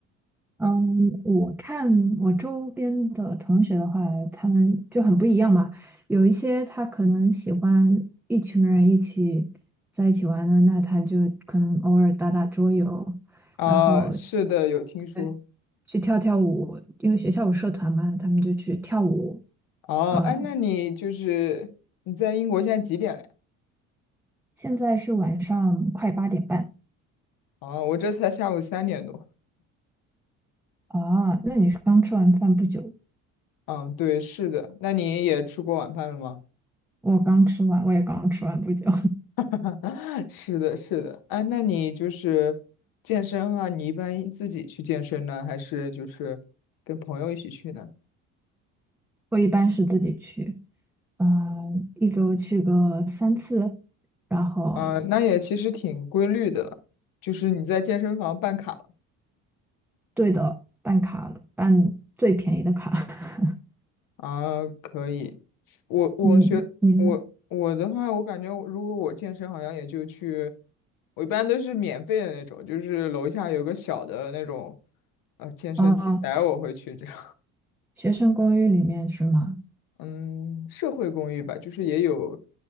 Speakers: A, in the centre; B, on the left.
A: 嗯，我看我周边的同学的话，他们就很不一样嘛。有一些他可能喜欢一群人一起在一起玩的，那他就可能偶尔打打桌游，
B: <laughs> 啊、
A: 然后
B: 是的，有听说。
A: 对去跳跳舞，因为学校有社团嘛，他们就去跳舞
B: 哦，
A: 啊。
B: 哎，那你就是你在英国现在几点了呀？
A: 现在是晚上快八点半
B: 哦，我这才下午三点多。
A: 啊，那你是刚吃完饭不久？
B: 嗯，对，是的。那你也吃过晚饭了吗？
A: 我刚吃完，我也刚吃完不久。
B: <laughs> 是的，是的，啊，那你就是健身的话，你一般自己去健身呢，还是就是跟朋友一起去呢？
A: 我一般是自己去，嗯，一周去个三次，然后
B: 啊，那也其实挺规律的了，就是你在健身房办卡了
A: 对的，办卡了，办最便宜的卡。<laughs>
B: 啊，可以。我我学我我的话，
A: 你你呢？
B: 我感觉我如果我健身，好像也就去，我一般都是免费的那种，就是楼下有个小的那种呃健身器材，
A: 哦，
B: 我会去这样
A: 学生公寓里面是吗？
B: 嗯，社会公寓吧，就是也有，